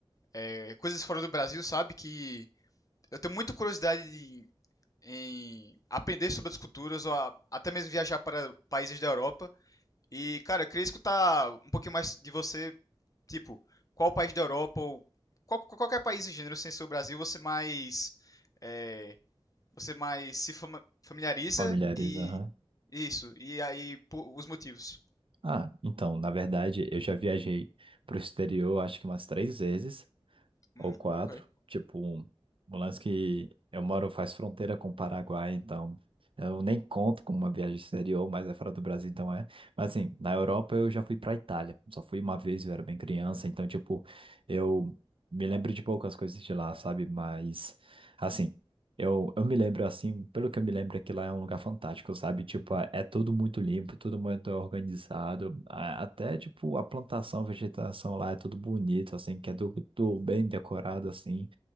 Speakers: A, on the left; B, on the right.
A: eh, coisas fora do Brasil, sabe? Que eu tenho muita curiosidade em em aprender sobre as culturas, ou a- até mesmo viajar para países da Europa. E, cara, eu queria escutar um pouquinho mais de você, tipo, qual país da Europa ou qual- qualquer país em gênero sem ser o Brasil você mais é, você mais se fama- familiariza
B: Familiares,
A: e
B: aham.
A: isso, e aí po- os motivos.
B: Ah, então, na verdade, eu já viajei pro exterior, acho que umas três vezes,
A: Hum,
B: ou quatro.
A: ok,
B: Tipo, um, um lance que eu moro faz fronteira com o Paraguai, então eu nem conto com uma viagem exterior, mas é fora do Brasil, então é. Mas assim, na Europa eu já fui pra Itália. Só fui uma vez, eu era bem criança, então, tipo, eu me lembro de poucas coisas de lá, sabe? Mas, assim. Eu, eu me lembro assim, pelo que eu me lembro, é que lá é um lugar fantástico, sabe? Tipo, é é tudo muito limpo, tudo muito organizado. a- Até, tipo, a plantação, a vegetação lá é tudo bonito, assim, que é tudo bem decorado, assim.